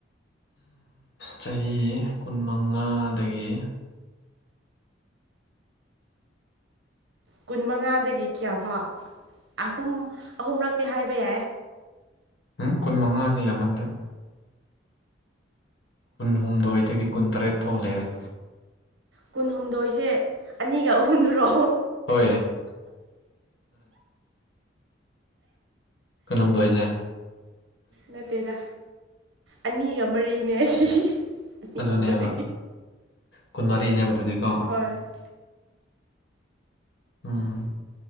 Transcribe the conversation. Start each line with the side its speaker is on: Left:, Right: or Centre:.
Left: ꯆꯍꯤ ꯀꯨꯟꯃꯉꯥꯗꯒꯤ
Right: ꯀꯨꯟ ꯃꯉꯥꯗꯒꯤ ꯀ꯭ꯌꯥꯐꯥ ꯑꯍꯨꯝ ꯑꯍꯨꯝꯂꯛꯇꯤ ꯍꯥꯏꯕ ꯌꯥꯏ
Left: ꯎꯝ ꯀꯨꯟ ꯃꯉꯥꯥꯁ ꯌꯥꯝꯃꯜꯂꯦn ꯀꯨꯟꯍꯨꯝꯗꯣꯏꯗꯒꯤ ꯀꯨꯟꯇꯔꯦꯠ ꯐꯥꯎ ꯂꯩꯔꯦ
Right: ꯀꯨꯟꯍꯨꯝꯗꯣꯏꯁꯦ ꯑꯅꯤꯒ ꯑꯍꯨꯝꯨꯔꯣ
Left: ꯍꯣꯏ ꯑꯣꯏ ꯀꯜꯍꯨꯝꯗꯣꯏꯁꯦ
Right: ꯅꯠꯇꯦꯗ ꯑꯅꯤꯒ ꯃꯔꯤꯅꯦ ꯑꯩꯗꯤ ꯑꯅꯤꯒ
Left: ꯑꯗꯨꯅꯦꯕ
Right: ꯃꯔꯤ
Left: ꯀꯨꯟꯃꯔꯤꯅꯦꯕ ꯑꯗꯨꯗꯤꯀꯣ
Right: ꯍ <unintelligible>
Left: ꯎꯝ